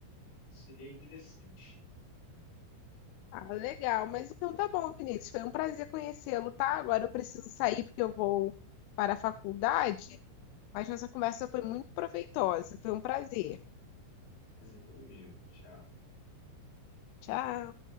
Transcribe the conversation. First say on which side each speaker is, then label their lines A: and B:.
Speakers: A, on the left; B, on the left.
A: seria interessante.
B: Ah, legal. Mas então tá bom, Vinícius. Foi um prazer conhecê-lo, tá? Agora eu preciso sair porque eu vou para a faculdade. Mas nossa conversa foi muito proveitosa. Foi um prazer.
A: Prazer todo meu. Tchau.
B: Tchau.